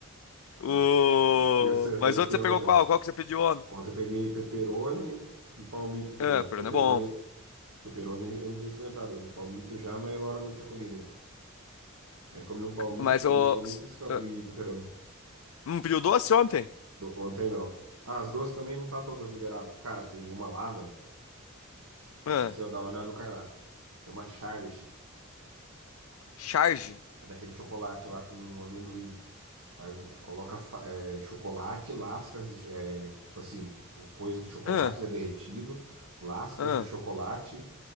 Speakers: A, on the left; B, on the right.
A: O...
B: Nossa, e você
A: Mas
B: fez o
A: outro
B: que
A: você
B: ontem?
A: pegou qual? Qual que você pediu ontem?
B: Ontem eu peguei pepperoni e palmito de
A: É,
B: novo.
A: Perona
B: Pepperoni,
A: é bom.
B: pepperoni eu não tinha experimentado ainda. Palmito já, mas a Laura não tinha comido ainda. Aí comi um palmito,
A: Mas
B: comi
A: o.
B: palmito e, sca-
A: ah,
B: e pepperoni.
A: Um pediu doce ontem?
B: Do- ontem não. Ah, as doces também não tá todas liberadas. Cara, tem uma lá, velho. Depois
A: Ah,
B: você dá uma olhada no cardápio. Chama Charge.
A: charge?
B: É daquele chocolate lá com amendoim. Faz, um- coloca fa- é, chocolate, lascas de. É, tipo assim, o coisa de chocolate,
A: Ah,
B: né, derretido, lascas
A: ah.
B: de chocolate